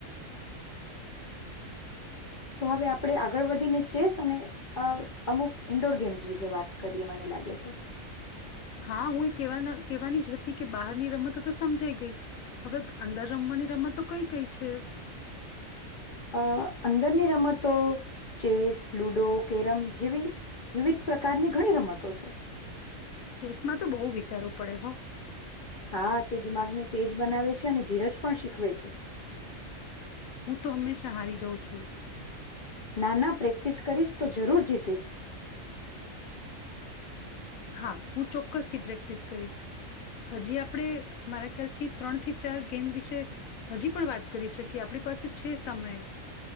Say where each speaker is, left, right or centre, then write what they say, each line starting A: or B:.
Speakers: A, on the left; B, on the left.
A: તો હવે આપણે આગળ વધીને ચેસ અને અ અમુક ઈન્ડોર ગેમ્સ વિશે વાત કરીએ મને લાગે છે.
B: હા, હું એવા કહેવા કહેવાની જ હતી કે બહારની રમતો તો સમજાઈ ગઈ હવે અંદર રમવાની રમતો કઈ કઈ છે?
A: અ અંદરની રમતો ચેસ, લુડો, કેરમ જેવી વિવિધ પ્રકારની ઘણી રમતો છે.
B: ચેસમાં તો બહુ વિચારવું પડે હો.
A: હા, તે દિમાગને તેજ બનાવે છે. અને ધીરજ પણ શીખવે છે.
B: હું તો હંમેશા હારી જાઉં છું.
A: નાના પ્રેક્ટિસ કરીશ તો જરૂર જીતીશ.
B: હા, હું ચોક્કસથી પ્રેક્ટિસ કરીશ હજી આપણે મારા ખ્યાલથી ત્રણથી ચાર ગેમ વિશે હજી પણ વાત કરી શકીએ આપણી પાસે છે સમય.